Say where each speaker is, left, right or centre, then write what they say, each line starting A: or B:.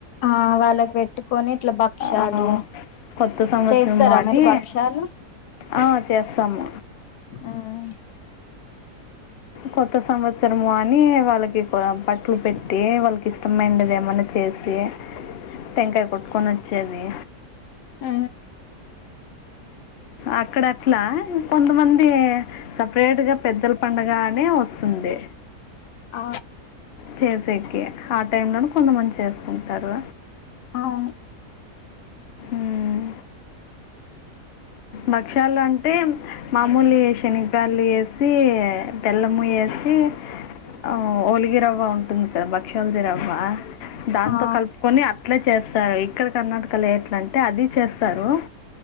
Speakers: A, on the left; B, on the left.
A: ఆ వాళ్ళకి పెట్టుకొని ఇట్లా భక్ష్యాలు
B: ఆ, కొత్త సంవత్సరము
A: చేస్తారా
B: అని
A: మీరు భక్షాలు
B: ఆ చేస్తాము
A: మ్మ్
B: కొత్త సంవత్సరము అని వాళ్ళకి ఇప్ బట్టలు పెట్టి వాళ్ళకి ఇష్టమైండేది ఏమన్నా చేస్త ది టంకాయ కొట్టుకొని వచ్చేది
A: ఆ
B: అక్కడ అట్లా మ్ కొంతమంది సపరేట్ గా పెద్దల పండగ అనే వస్తుంది
A: ఆ
B: చేసేకి ఆ టైమ్ లోనే కొంతమంది చేసుకుంటారు
A: అవును
B: ఉమ్. భక్షాలు అంటే మామూలు శనగబెల్లు ఏసి బెల్లము ఏసి ఆ ఓలిగి రవ్వ ఉంటుంది సార్ బక్షల్ది రవ్వ దాంతో
A: ఆ
B: కలుపు కొని అట్లే చేస్తారు ఇక్కడ కర్ణాటకలో ఎట్ల అంటే అది చేస్తారు